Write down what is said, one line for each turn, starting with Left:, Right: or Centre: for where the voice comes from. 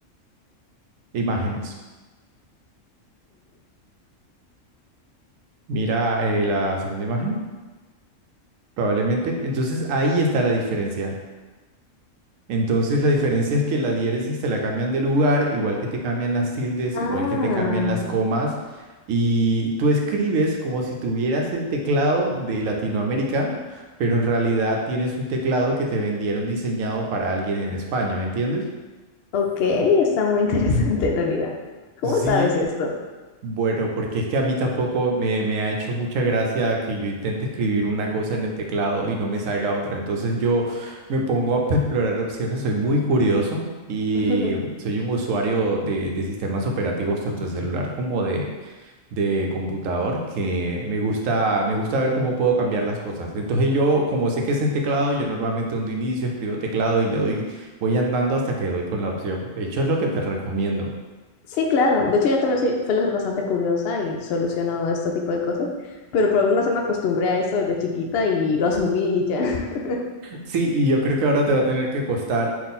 Right: Imágenes. Mira eh, la segunda imagen, probablemente. Entonces ahí está la diferencia. Entonces la diferencia es que la diéresis te la cambian de lugar, igual que te cambian las tildes,
Left: Ah,
Right: igual que te cambian las comas, y tú escribes como si tuvieras el teclado de Latinoamérica, pero en realidad tienes un teclado que te vendieron diseñado para alguien en España, ¿me entiendes?
Left: ok, está muy <laughs> interesante en realidad. ¿Cómo
Right: Sí,
Left: sabes esto?
Right: Bueno, porque es que a mí tampoco me, me ha hecho mucha gracia que yo intente escribir una cosa en el teclado y no me salga otra. Entonces yo me pongo a explorar opciones, soy muy curioso y
Left: <laughs>
Right: soy un usuario de, de sistemas operativos, tanto de celular como de, de computador, que me gusta, me gusta ver cómo puedo cambiar las cosas. Entonces yo, como sé que es en teclado, yo normalmente un inicio escribo teclado y le doy, voy andando hasta que doy con la opción. De hecho, es lo que te recomiendo.
Left: Sí, claro. De hecho, yo también soy, suelo ser bastante curiosa y soluciono este tipo de cosas, pero por alguna razón me acostumbré a eso desde chiquita y lo asumí y ya. <laughs>
Right: Sí, y yo creo que ahora te va a tener que costar